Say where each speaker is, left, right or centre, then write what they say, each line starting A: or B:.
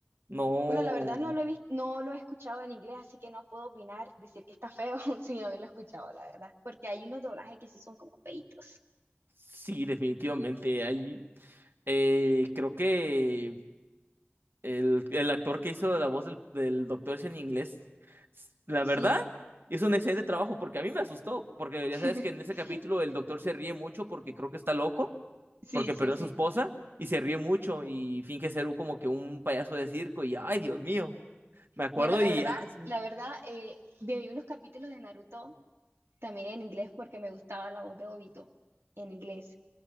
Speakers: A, on the right; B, on the right.
A: No,
B: Bueno, la verdad no lo he visto no lo he escuchado en inglés, así que no puedo opinar, decir que está feo <laughs> sin haberlo escuchado, la verdad, porque hay unos doblajes que sí son como feitos.
A: sí, definitivamente. Ahí, eh, creo que el, el actor que hizo la voz del, del Doctor Ese en inglés, la verdad,
B: Sí,
A: hizo un excelente trabajo porque a mí me asustó, porque
B: <laughs>
A: ya sabes que en ese capítulo el doctor se ríe mucho porque creo que está loco,
B: sí,
A: porque
B: sí,
A: perdió
B: sí.
A: a su esposa y se ríe mucho y finge ser un- como que un payaso de circo y, ay, Dios mío. Me acuerdo
B: Bueno, la
A: y
B: verdad,
A: ya. sí.
B: la verdad, eh, vi unos capítulos de Naruto también en inglés porque me gustaba la voz de Obito en inglés,